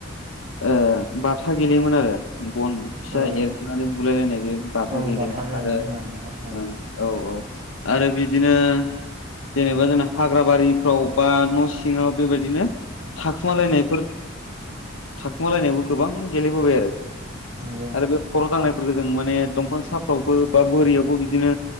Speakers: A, on the left; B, on the right.
A: ओ बाथा गैेलेयोमोन आरो बन फिसा
B: औ
A: एरखोनानै बुलायलायनाय बे बाथा
B: औ
A: गेलेयोमोन
B: गेलेनाय
A: आरो
B: होनना बुङोना औ
A: ओं औ औ। आरो बिदिनो जेनेबा जोंना हाग्राबारिफ्राव बा न' सिङाव बेबायदिनो थाखुमालायनायफोर थाखुमालायनायबो गोबां गेलेबोबाय आरो।
B: नंगौ
A: आरो बे खर' दांनायफोरखौ जों माने दंफां साफ्रावबो बा बोरियावबो बिदिनो